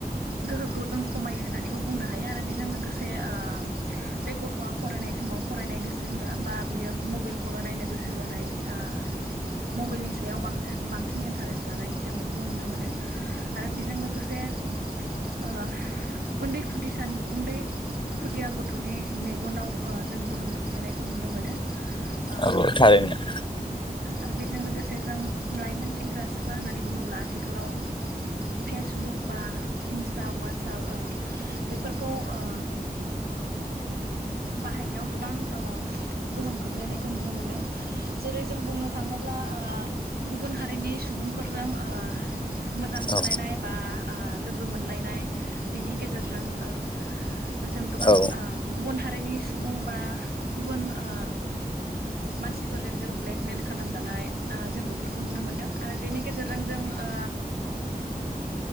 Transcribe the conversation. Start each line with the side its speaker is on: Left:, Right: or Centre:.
Right: गोहोखौ जों खमायो होननानैबो बुंनो हायो आरो बेजों लोगोसे ओ बे गथ'आ फरायनाय समाव फरायनाय गोसो होआ बा बियो मबेलखौल' नायनो गोसो जानाय ओ मबेलनि सायाव बांथो बांसिन इन्टारेस लानाय जों बेखौ नुनो मोनो। आरो बेजों लोगोसे ओ उन्दै खुदिसान उन्दै खुदिया गथ'नि मेगनाव ओ जों गोहोम खोख्लैनायखौ नुनो मोनो। ओ
Left: औ थारैनो
Right: आरो बेजों लोगोसे जों लाइमोन सेंग्रा सिख्ला होननानै बुङोब्ला आथिखालाव। फेसबुक बा इन्स्टा वाटसाब ओ बेफोरखौ ओ बाहायनायाव गोबां ओ गोहोम खोख्लैनायखौ नुनो मोनदों जेरै जों बुंनो थाङोब्ला ओ गुबुन हारिनि सुबुंफोरजों ओ मोजां मोनलायनाय
Left: औ
Right: बा ओ लोगो मोनलायनाय बिनि गेजेरजों ओ जों गोबां
Left: औ
Right: ओ गुबुन हार रिनि सुबुं बा गुबुन ओ मानसिफोरजों जों ब्लेकमेल खालामजानाय ओ जों बेफोरखौ नुनो मोनदों आरो बेनि गेजेरजों जों ओ